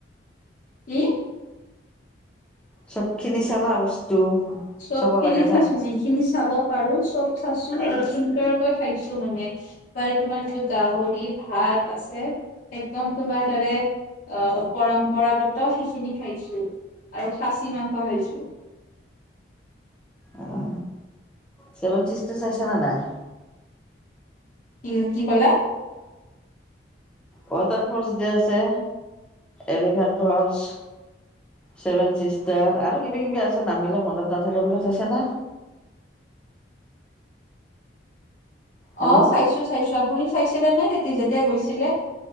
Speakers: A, on the left (about 45°); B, in the centre.
A: কি?
B: চব খিনি চালা বস্তু?
A: চব
B: চাব
A: খিনি
B: লগা
A: চাছো যিখিনি চাব পাৰো চব চাছো আৰু সুন্দৰকৈ খাইছো মানে। তাৰে তোমাৰ যি গাহৰি ভাত আছে একদম তোমাৰ তাৰে অ, পৰম্পৰাগত সিখিনি খাইছো আৰু খাচী মাংস খাইছো।
B: অ, চেভেন চিষ্টাৰ চাইছা নে নাই?
A: কি -কি ক'লা?
B: ৱাটাৰ ফলচ যে আছে,, এলিফেণ্ট ফলচ। ছেভেন ছিষ্টাৰ, আৰু কিবা কিবি আছে নামবিলাক মনত নাথাকে সেইবিলাক চাইছা নে। হেল্ল'
A: অ', চাইছো- চাইছো, আপুনি চাইছিলে নাই তেতিয়া যেতিয়া গৈছিলে।